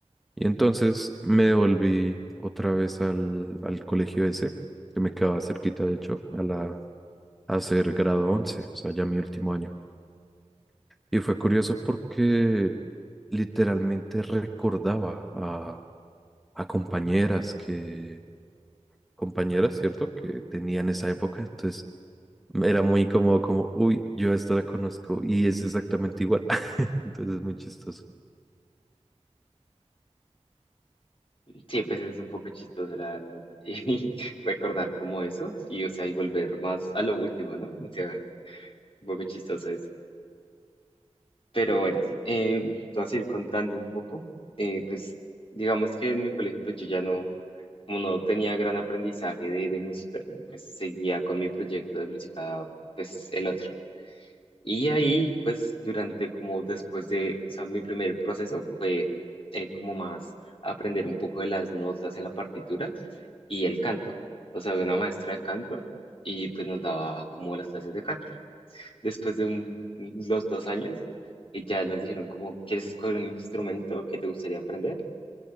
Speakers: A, in the centre; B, on the left.
A: Y entonces me volví otra vez al, al colegio ese, que me quedaba cerquita, de hecho, a la, a hacer grado once o sea, ya mi último año. Y fue curioso porque literalmente recordaba a, a compañeras que, compañeras, ¿cierto? Que tenían esa época. Entonces era muy incómodo, como, uy, yo a esta la conozco y es exactamente igual. <laughs> Entonces es muy chistoso.
B: Sí, pues es un poco chistoso, la verdad, <laughs> sí, recordar como eso y, o sea, y volver más a lo último, ¿no? O sea, un poco chistoso eso. Pero bueno, eh, te vas a ir contando un poco. Eh, pues, digamos que en mi colegio, pues yo ya no, como no tenía gran aprendizaje de, de música, pues seguía con mi proyecto de música, pues el otro. Y ahí, pues, durante como después de, o sea, mi primer proceso fue eh, como más aprender un poco de las notas en la partitura y el canto. O sea, había una maestra de canto y pues nos daba como las clases de canto. Después de un- los dos años, eh, ya nos dijeron como, ¿quieres escoger un instrumento que te gustaría aprender?